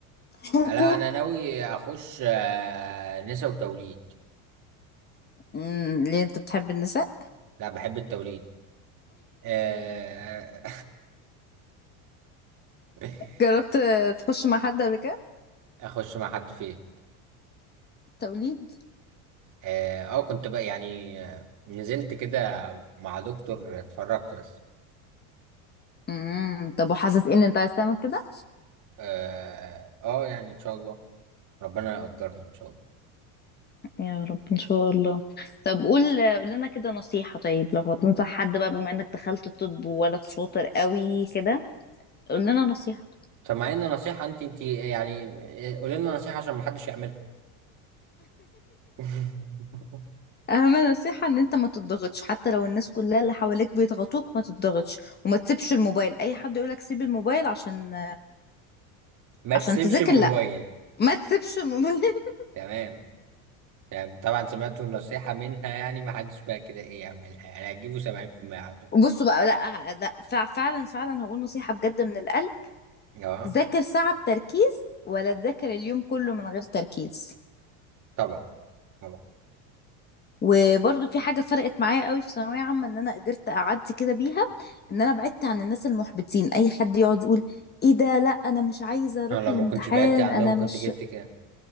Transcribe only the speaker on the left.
حقوق
امم ليه انت بتحب النساء
جربت تخش مع حد قبل كده
توليد
امم طب وحاسس إيه ان انت عايز تعمل كده
يا رب ان شاء الله طب قول قول لنا كده نصيحة طيب لو هتنصح حد بقى بما انك دخلت الطب وولد شاطر قوي كده قول لنا نصيحة
اهم نصيحة ان انت ما تضغطش حتى لو الناس كلها اللي حواليك بيضغطوك ما تضغطش وما تسيبش الموبايل اي حد يقولك سيب الموبايل عشان
عشان
تذاكر
لا ما تسيبش الموبايل <laughs>
وبصوا بقى لا لا فع- فعلا فعلا هقول نصيحة بجد من القلب
ذاكر ساعة بتركيز ولا تذاكر اليوم كله من غير تركيز
وبرضو في حاجة فرقت معايا قوي في ثانوية عامة ان انا قدرت اعدي كده بيها ان انا بعدت عن الناس المحبطين اي حد يقعد يقول ايه ده لا انا مش عايزة اروح
الامتحان
انا
مش